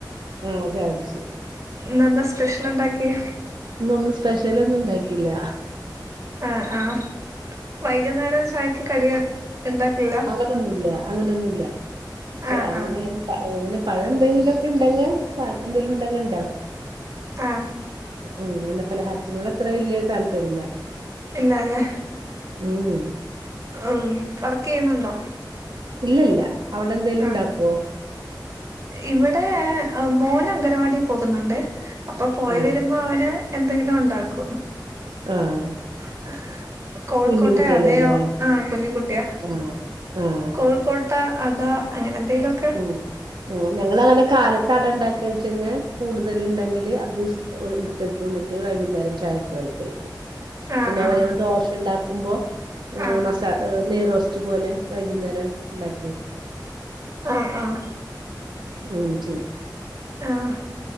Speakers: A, on the right (about 75°); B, on the right (about 40°).
A: ആഹ് ചായ കുടിച്ച്
B: ഇന്ന് എന്താ സ്പെഷ്യൽ ഉണ്ടാക്കിയെ?
A: ഇന്നൊന്നും സ്പെഷ്യൽ ഒന്നും ഉണ്ടാക്കിയില്ല.
B: ആഹ് ആഹ് വൈകുന്നേരം ചായക്ക് കടിയ ഉണ്ടാക്കില്ലേ
A: അങ്ങനൊന്നുല്ല അങ്ങനെയൊന്നുല്ല ചെ
B: ആ
A: അങ്ങനെ
B: ആ
A: അങ്ങനെ പഴ എന്തെങ്കിലുമൊക്കെ ഉണ്ടെങ്കിൽ എന്തേലും ഉണ്ടെങ്കിൽ ഉണ്ടാക്കും.
B: ആ
A: അങ്ങനെ പലഹാരത്തിനോട് അത്ര വലിയ താല്പര്യം ഇല്ല.
B: ഇല്ല അല്ലേ
A: <unintelligible>
B: ഉം വർക്ക് ചെയ്യുന്നുണ്ടോ?
A: ഇല്ല ഇല്ല അവിടെ എന്തേലും
B: ആ
A: ഉണ്ടാക്കുവോ?
B: ഇവിടെ മോൻ അംഗനവാടി പോകുന്നുണ്ട് അപ്പൊ പോയിവരുമ്പോ
A: ആഹ്
B: അവന് എന്തെങ്കിലും ഒണ്ടാക്കും.
A: ആഹ്
B: <unintelligible> കോഴിക്കോട്ടെ
A: കുഞ്ഞു കുട്ടിയല്ലേ
B: അടയാ
A: അല്ലേ
B: ആഹ് കുഞ്ഞിക്കുട്ടിയാ
A: ആഹ് ആഹ്
B: കോഴിക്കോട്ട ട്ടാ അട അങ്ങനെ എന്തേലും
A: ഉം ഹ് ഞങ്ങൾ അങ്ങനെ കാലത്ത് അട ഉണ്ടാക്കി വെച്ച് കൂടുതൽ ഉണ്ടെങ്കില് അത് എടുത്തക്കും എന്നിട്ട് വൈകുന്നേരം ചായക്ക് കഴിക്കും
B: ആ ആ
A: പിന്നെ അത്
B: ആ
A: പോലെ നമ്മ ദോശ ഉണ്ടാക്കുമ്പോ
B: ആ
A: മസ നെയ് റോസ്റ്റ് പോലെ വൈകുന്നേരം ഉണ്ടാക്കിട്ക്കും
B: ആഹ് ആഹ്
A: അങ്ങനെ ചെയ്യും
B: ആഹ്